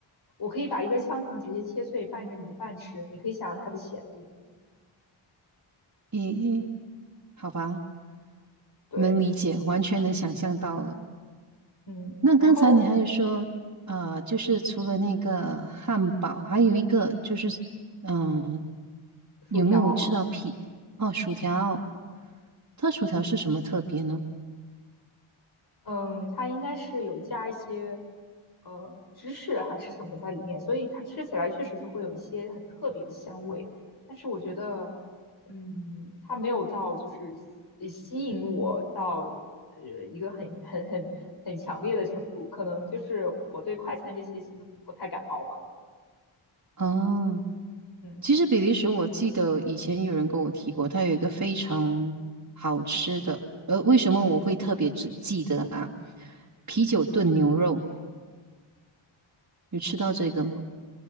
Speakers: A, on the left (about 50°); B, on the right (about 35°).
A: 我可以把一根香肠直接切碎拌着米饭吃，你可以想象它的咸度。
B: 咦、咦，好吧，
A: 对，
B: 能理解，完全能想象到了。
A: 嗯，
B: 那刚才你还有说，
A: 然后
B: 呃，就是除了那个汉堡，还有一个就是，嗯、
A: 薯条，
B: 有没有吃到皮？
A: <laughs>
B: 哦，薯条，它薯条是什么特别呢？
A: 嗯，它应该是有加一些呃芝士还是什么在里面，所以它吃起来确实是会有一些很特别的香味。但是我觉得，嗯，它没有到就是吸吸引我到呃一个很很很很强烈的程度，可能就是我对快餐这些其实不太感冒吧。
B: 哦。
A: 嗯
B: 其实比利时，我记得以前有人跟我提过，它有一个非常好吃的，呃，为什么我会特别记记得啊？啤酒炖牛肉，
A: 嗯。
B: 有吃到这个吗？